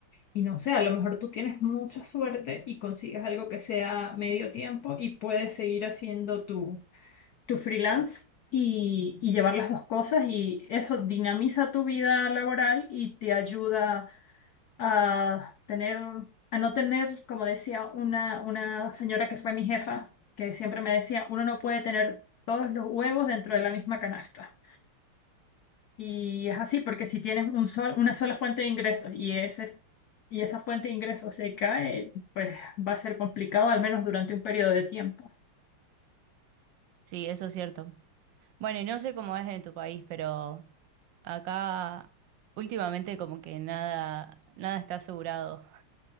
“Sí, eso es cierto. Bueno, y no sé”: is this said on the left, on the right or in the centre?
Right